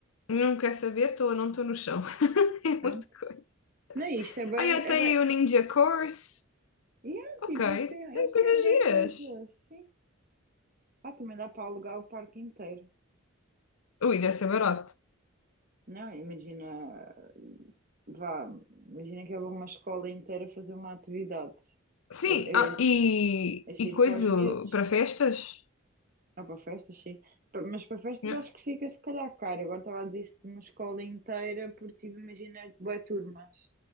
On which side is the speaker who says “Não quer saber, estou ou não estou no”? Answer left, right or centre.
Left